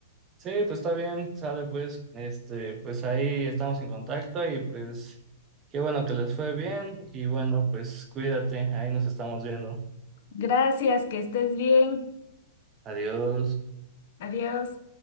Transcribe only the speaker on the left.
Gracias, que estés bien.
Adiós.